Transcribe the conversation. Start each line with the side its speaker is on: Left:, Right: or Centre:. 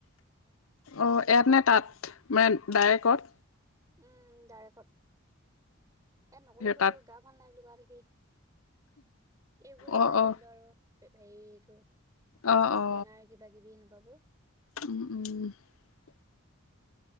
Left: অ' ইয়াত নে তাত মানে ডাইৰেক্টত?
Right: উম, ডাইৰেকত ই নকৰিলো
Left: তাত
Right: গা ভাল নাই বুলি কোৱা দেখি। এইবোৰ কথাই
Left: অ অ
Right: পতিলো আৰু হেৰিটো
Left: অ অ
Right: স্কেনাৰ কিবা কিবি এনেকুৱাবোৰ।
Left: <inaudible>